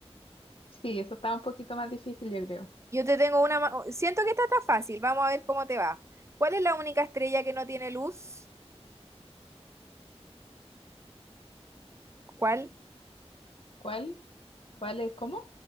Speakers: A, on the left; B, on the right.
A: Sí, eso está un poquito más difícil, yo creo.
B: Yo te tengo una... ma- Siento que esta está fácil, vamos a ver cómo te va. ¿Cuál es la única estrella que no tiene luz? ¿Cuál?
A: ¿Cuál? ¿Cuál es? ¿Cómo?